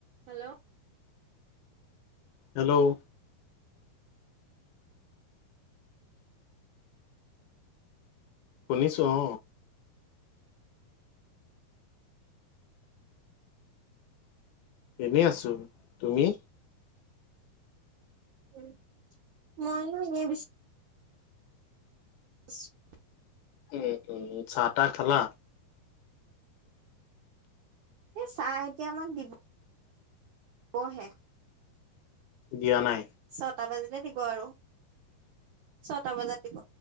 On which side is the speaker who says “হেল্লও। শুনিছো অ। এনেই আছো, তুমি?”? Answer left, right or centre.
Left